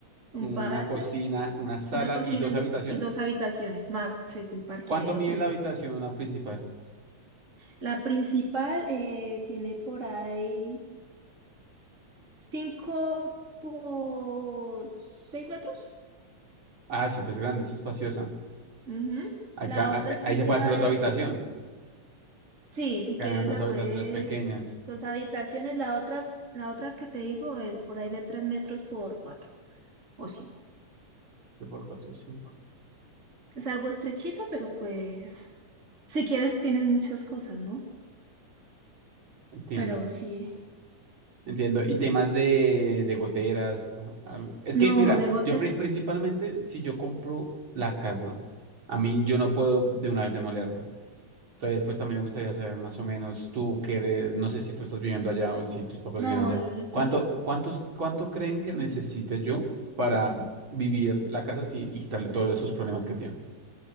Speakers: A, on the right; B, on the right.
A: un
B: una
A: patio.
B: cocina, una sala
A: Una cocina
B: y dos habitaciones.
A: y dos habitaciones, más el parqueadero
B: ¿Cuánto mide
A: privado.
B: la habitación la principal?
A: La principal eh, tiene por ahí 5 por 6 metros.
B: Ah, siempre es grande, es espaciosa.
A: Ujú.
B: Acá,
A: La otra
B: a-
A: sí
B: ahí se
A: ya
B: puede hacer otra habitación,
A: es... Sí, si
B: cambiando
A: quieres la
B: dos habitaciones
A: puedes...
B: pequeñas.
A: Dos habitaciones, la otra, la otra que te digo es por ahí de 3 metros por 4 o cinco
B: Por por cuatro, cinco.
A: Es algo estrechito, pero pues... Si quieres tienes muchas cosas, ¿no?
B: Entiendo,
A: Pero sí.
B: entiendo. Y temas de, de goteras. ¿no? Al- Es
A: No,
B: que, mira,
A: de gote.
B: yo pri- principalmente, si yo compro la casa, a mí yo no puedo de una vez demolerla. Entonces, pues también me gustaría saber más o menos tú que eres, no sé si tú estás viviendo allá o si tus papás
A: No,
B: viven allá.
A: yo, yo está.
B: ¿Cuánto, cuántos, cuánto creen que necesite yo para vivir la casa así y quitarle todos esos problemas que tiene?